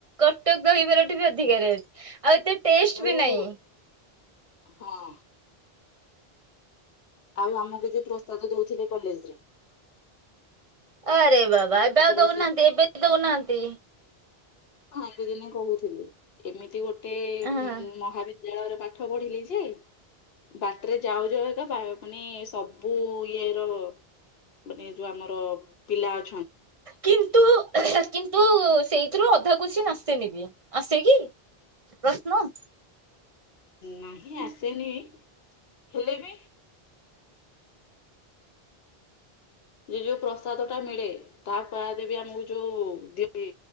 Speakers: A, on the right; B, on the left.
A: କଟକ ରହିବାଠୁ ବି ଆଉ ଏତେ ଟେଷ୍ଟ
B: ଯୋଉ
A: ବି ନାଇ।
B: ହଁ ଆଉ ଆମକୁ ଯ ପ୍ରସ୍ତାଦ ଦଉଥିଲେ। କଲେଜରେ
A: ଆରେ ବାବା ଏବେ ଆଉ
B: ବସିକି
A: ଦଉନାହାନ୍ତି ଏବେ ଦଉନାହାନ୍ତି।
B: ଭାଇ ଙ୍କୁ ଦିନେ କହୁଥିଲି ଏମିତି । ମିତି ଗୋଟେ
A: ହଁ
B: ମହା ବିଦ ଦ୍ୟାଳୟରେ ପାଠ ପଢିଲେ ଯାଏ ବାଟରେ ଯାଉ ଯାଉ ଏକା ମାନେ ସବୁ ଇଏ ର ମାନେ ଯୋଉ ଆମର ପିଲା ଅ
A: କିନ୍ତୁ କିନ୍ତୁ । ସେଇଥିରୁ ଅଧା କୋଶଚୀନ୍ ଆସେନି ନିବି ଆସେ କିି ପ୍ରଶ୍ନ?
B: ନାହିଁ ଆସେନି ହେଲେ ବି । ଇଏ ଯୋଉଁ ପ୍ରସାଦ ଟା ମିଳେ । ତା ବାଦ ବି ଆମକୁ ଯୋଉ ଦିଆ ହୁଏ